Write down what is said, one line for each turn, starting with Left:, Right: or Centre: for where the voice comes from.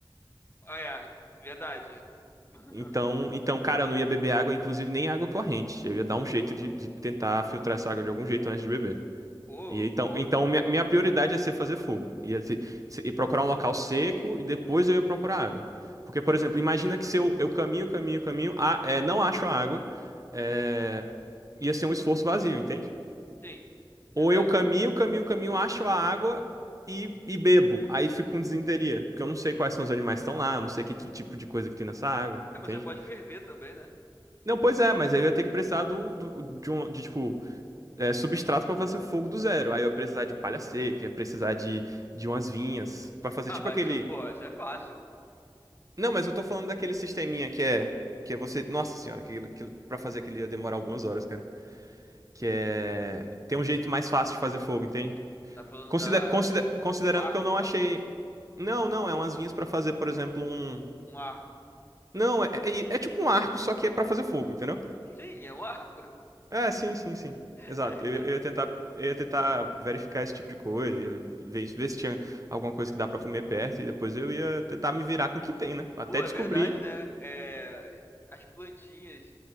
Left: Ah, é, verdade. <laughs>
Right: Então, então, cara, eu não ia beber água, inclusive nem água corrente. Eu ia dar um jeito de, de tentar filtrar essa água de algum jeito antes de beber.
Left: Boa,
Right: E então,
Left: boa.
Right: então minha, minha prioridade ia ser fazer fogo. Ia ser, se- ia procurar um local seco e depois eu ia procurar água. Porque, por exemplo, imagina que se eu, eu caminho, caminho, caminho, ah, é, não acho a água, é, ia ser um esforço vazio, entende?
Left: Sim, verdade.
Right: Ou eu caminho, caminho, caminho, acho a água e, e bebo. Aí fico com disenteria, porque eu não sei quais são os animais que estão lá, eu não sei que, que tipo de coisa que tem nessa água,
Left: É,
Right: entende?
Left: mas você pode ferver também, né?
Right: Não, pois é, mas aí eu ia ter que precisar do, do- de, um, de, tipo, é, substrato pra fazer fogo do zero. Aí eu ia precisar de palha seca, ia precisar de, de umas vinhas pra fazer
Left: Ah,
Right: tipo
Left: mas
Right: aquele.
Left: isso, pô, isso é fácil.
Right: Não, mas eu tô falando daquele sisteminha que é. Que é você. Nossa senhora, aquilo, aquilo, pra fazer aquilo ia demorar algumas horas, cara. Que é. Tem um jeito mais fácil de fazer fogo, entende?
Left: Tá falando
Right: Consider,
Left: da
Right: consider- considerando
Left: do arco
Right: que eu não
Left: e tal?
Right: achei. Não, não, é umas vinhas pra fazer, por exemplo, um.
Left: Um arco.
Right: Não, é, é, é tipo um arco, só que é pra fazer fogo, entendeu?
Left: Sim, é um arco.
Right: É, sim, sim, sim.
Left: <laughs>
Right: Exato. Eu,
Left: Então,
Right: eu ia tentar, eu ia tentar verificar esse tipo de coisa, ia ver, isso- ver se tinha alguma coisa que dá pra comer perto, e depois eu ia tentar me virar com o que tem, né? Até
Left: pô,
Right: descobrir.
Left: é verdade, né? É, as plantinhas,